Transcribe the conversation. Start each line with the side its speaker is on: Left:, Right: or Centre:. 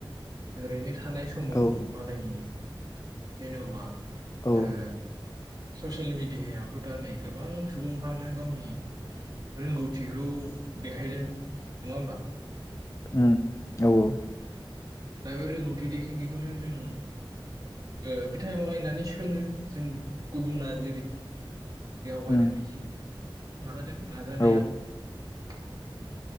Right: ओरैनो थानाय स समाव
Left: औ
Right: मालायनि जेन'बा
Left: औ
Right: ओ ससियेल मिडियाायावथ' दा नै गोबां सुबुंफ्रानो गावनि रोंगौथिखौ देखायदों नङा होमबा
Left: ओम औ-औ
Right: दा बे रोंगौथि देखायनायखौनो जों ओ फिथाइ नायनानै सोङो जों गुबुना जेरै आवगायदों
Left: उम
Right: बिदि नाजादों नाजानाया
Left: औ
Right: ओम